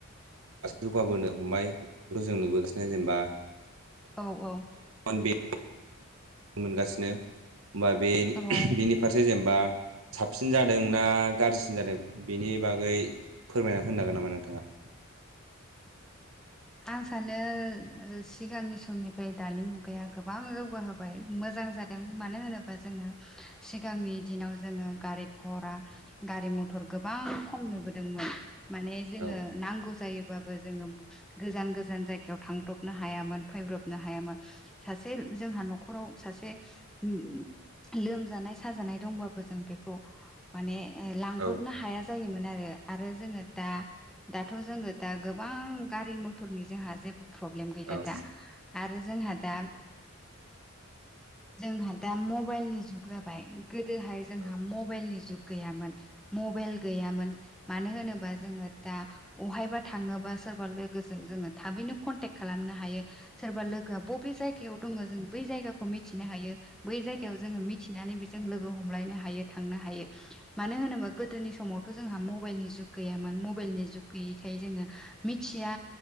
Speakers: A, on the right; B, in the centre.
A: जौगाबोनो हमबाय बेखौ जों नुबोगासिनो जेनेबा
B: औ औ
A: <unintelligible> मोनगासिनो होमबा बे <unintelligible>
B: औ
A: बिनि फारसे जेनेबा साबसिन जादों ना गाज्रिसिन जादों बेनि बागै फोरमायना होनो हागोन नामा नोंथाङा?
B: <inaudible> आं सानो सिगांनि समनिफ्राय दानि मुगाया गोबां जौगाहोबाय मोज जां जादों मानो होनोबा जोङो सिगांनि दिनाव जोङो गारि घरा गारि मथर गोबां खम बोदोंमोन माने जोङो
A: औ
B: नांगौ जायोबो जोङो गोजान गोजान जायगायाव थांब्रबनो हायामोन फैब्रबनो हायामोन सासे जोंहा न'खराव सा से <unintelligible> लोमजानाय साजानाय दंबाबो जों बेखौ माने लांब्रबनो
A: औ
B: हाया जायोमोन आरो आरो जोङो दा दाथ' जोङो दा गोबां गारि-मथरनि जोंहा जेबो फ्रब्लेम गैला
A: औ
B: दा। आरो जोंहा दा जोंहा दा मबाइलनि जुग जाबाय गोदोहाय जोंहा
A: औ
B: मबाइलनि जुग गैयामोन मबाइल गैयामोन। मानो होनोबा जोङो दा अहायबा थाङोबा सोरबा लो- लोगोजों जोङो थाबैनो कन्टेक खालामनो हायो। सोरबा लोगो बबे जायगायाव दङ जों बै जायगाखौ मिथिनो हायो। बै जायगायाव जोङो मिथिनानै बेजों लोगो हमलायनो हायो। थांनो हायो। मानो होनोबा गोदोनि समाव खौ जोंहा मबाइलनि जुग गैयामोन। मबाइलनि जुग गैयैखाय जोङो मिथिया